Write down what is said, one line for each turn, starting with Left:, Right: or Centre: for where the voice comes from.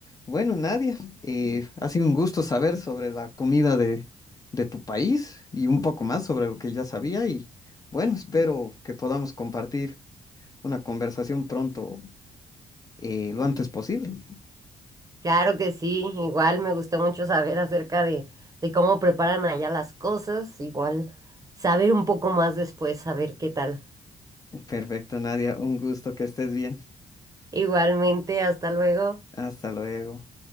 Left: Bueno, Nadia, eh, ha sido un gusto saber sobre la comida de, de tu país y un poco más sobre lo que ya sabía y bueno, espero que podamos compartir una conversación pronto, eh, lo antes posible.
Right: Claro que sí, igual me gustó mucho saber acerca de, de cómo preparan allá las cosas, igual saber un poco más después, saber qué tal.
Left: Perfecto, Nadia, un gusto que estés bien.
Right: Igualmente, hasta luego.
Left: Hasta luego.